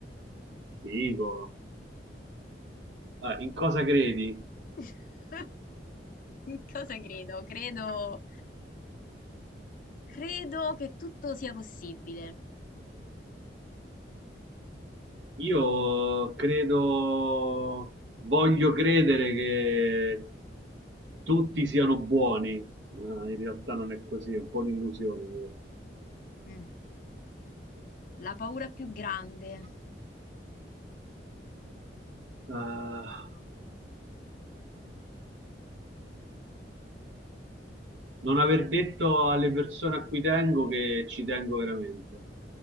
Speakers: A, on the right; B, on the left.
A: Figo. Ah, in cosa credi?
B: <laughs> In Cosa credo? Credo, credo che tutto sia possibile.
A: Io credo, voglio credere che tutti siano buoni, ma in realtà non è così, è un po' un'illusione questa.
B: Mm. La paura più grande.
A: Ah, Non aver detto alle persone a cui tengo che ci tengo veramente.